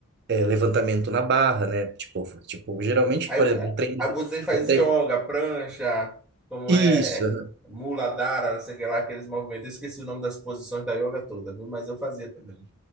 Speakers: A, on the right (about 50°); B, in the centre.
A: é, levantamento na barra, né? Tipo, tipo, geralmente,
B: Aí,
A: por
B: é,
A: exemplo, um treino.
B: aí
A: de-
B: você faz
A: Um tre...
B: yoga, prancha, como
A: Isso,
B: é,
A: aham.
B: mula dara, não sei o que lá, aqueles movimentos. Eu esqueci o nome das posições da yoga toda, viu? Mas eu fazia também.